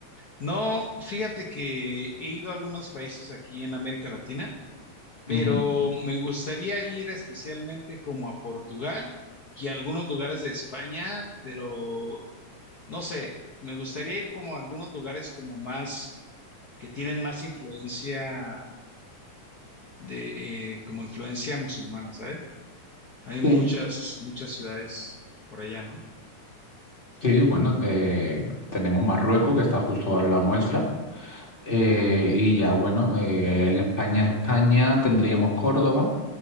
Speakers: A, on the left; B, on the left.
A: no, fíjate que he ido a algunos países aquí en América Latina, pero
B: Ujú,
A: me gustaría ir especialmente como a Portugal y a algunos lugares de España, pero no sé, me gustaría ir como a algunos lugares como más, que tienen más influencia de eh, como influencia musulmana, ¿sabes? Hay muchas,
B: sí,
A: muchas ciudades por allá, ¿no?
B: sí, bueno, eh, tenemos Marruecos que está justo al lado nuestra. eh, y ya, bueno, eh, en España, España tendríamos Córdoba